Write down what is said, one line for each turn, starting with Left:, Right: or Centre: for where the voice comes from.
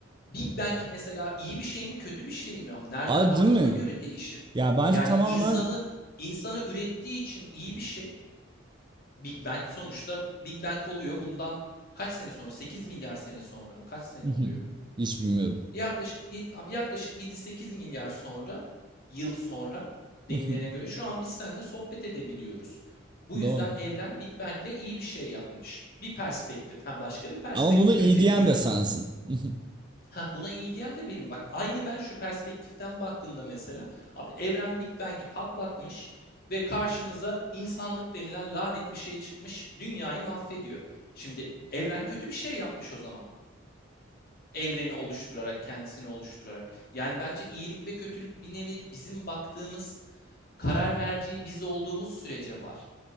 Left: Big Bang mesela iyi bir şey mi kötü bir şey mi? Ama Nereden
Right: Abi
Left: baktığıma
Right: değil mi?
Left: göre değişir.
Right: Ya bence
Left: Yani
Right: tamamen
Left: insanı insanı ürettiği için iyi bir şey, Big Bang sonuçta Big Bang oluyor. Bundan kaç sene sonra? 8 milyar sene sonra mı? Kaç sene
Right: <laughs>
Left: oluyor?
Right: hiç bilmiyorum.
Left: Yaklaşık abi yaklaşık 7-8 milyar sonra yıl sonra denilene
Right: <laughs>
Left: göre şu an biz seninle sohbet edebiliyoruz. Bu yüzden
Right: Doğru.
Left: evren Big Bang'le iyi bir şey yapmış. Bir perspektif, ha başka bir perspektife
Right: Ama bunu iyi
Left: çeviriyorum.
Right: diyen de sensin. <laughs>
Left: Heh, buna iyi diyen de benim. Bak aynı ben şu perspektiften baktığında mesela abi evren Big Bang'i patlatmış ve karşımıza insanlık denilen lanet bir şey çıkmış. Dünyayı mahvediyor. Şimdi evren kötü bir şey yapmış o zaman. Evreni oluşturarak, kendisini oluşturarak. Yani bence iyilik ve kötülük bir nevi bizim baktığımız karar merceği biz olduğumuz sürece var.